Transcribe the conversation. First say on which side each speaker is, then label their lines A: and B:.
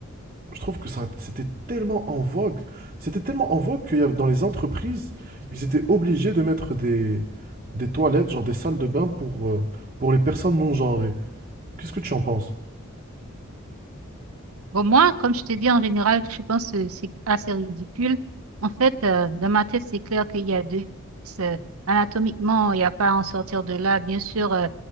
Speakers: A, on the right; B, on the right.
A: je trouve que ça, c'était tellement en vogue. C'était tellement en vogue qu'il y avait dans les entreprises, ils étaient obligés de mettre des, des toilettes, genre des salles de bain pour, euh, pour les personnes non genrées. Qu'est-ce que tu en penses?
B: Bon, moi, comme je t'ai dit, en général, je pense que c'est assez ridicule. En fait, euh, dans ma tête, c'est clair qu'il y a deux. euh, anatomiquement, il n'y a pas à en sortir de là. Bien sûr, euh,